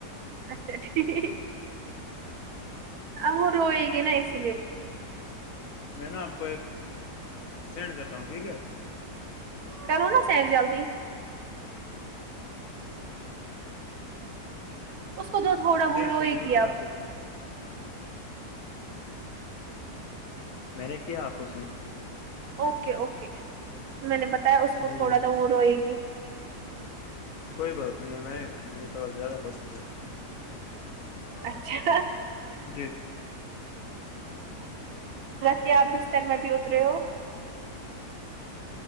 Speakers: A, on the right (about 70°); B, on the left (about 65°).
A: اچھا ٹھیک آب وه روےگی نہ اسلئے
B: میں نا آپ کو ایک سند کرتا ہوں ٹھیک ہے
A: کرو نا سینڈ جلدی اس کو دو تھوڑا وہ
B: دیکھیے
A: رویہ گی اب
B: <unintelligible> میں نے کیا آپ کو سینڈ
A: اوکے اوکے میں نے بتایا اس کو
B: جی
A: تھوڑا
B: جی
A: تھاا وہ روئے گی
B: کوئی بات نہیں ہے میں مجھے تھوڑا زیادہ پسند ہے
A: اچھا
B: جی
A: کیا آپ بستر میں بھی اترے ہو